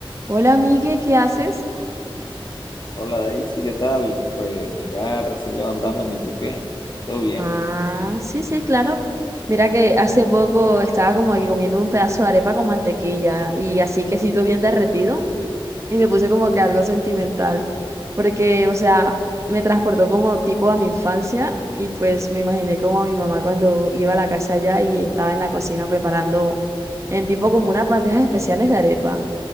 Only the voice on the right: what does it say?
Hola, Migue, ¿qué haces?
Ah, sí, sí, claro. Mira que hace poco estaba como que comiendo un pedazo de arepa con mantequilla y así quesito bien derretido y me puse como que algo sentimental porque, o sea, me transportó como tipo a mi infancia y pues me imaginé como a mi mamá cuando iba a la casa allá y estaba en la cocina preparando en tipo como unas bandejas especiales de arepa.